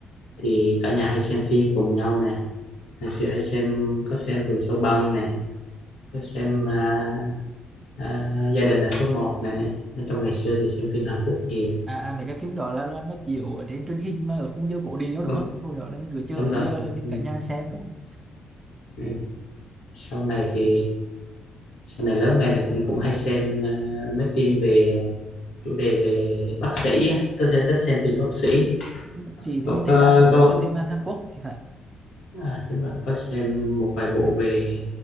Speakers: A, on the left; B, on the right.
A: thì cả nhà hay xem phim cùng nhau nè ngày xưa hay xem có xem Vườn Sâu Băng nè có xem à, à, Gia đình là số một nè nói chung ngày xưa thì xem phim Hàn Quốc nhiều
B: à, à mấy cái phim đó là, là nó chiếu ở trên truyền hình mà ở khung giờ cổ điển luôn
A: đúng,
B: đúng không hồi đó là mình cứ chờ
A: đúng
B: tới
A: rồi
B: giờ là mình
A: ừ.
B: cả nhà xem đúng không?
A: ừ. sau này thì sau này lớn lên thì cũng cũng hay xem à, mấy phim về à, chủ đề về bác sĩ á. tôi theo thích xem phim bác sĩ
B: gì thì
A: cậu
B: mình thấy
A: có,
B: đa số
A: có
B: là toàn phim Hàn Quốc thì phải
A: À, đúng rồi, có xem một vài bộ về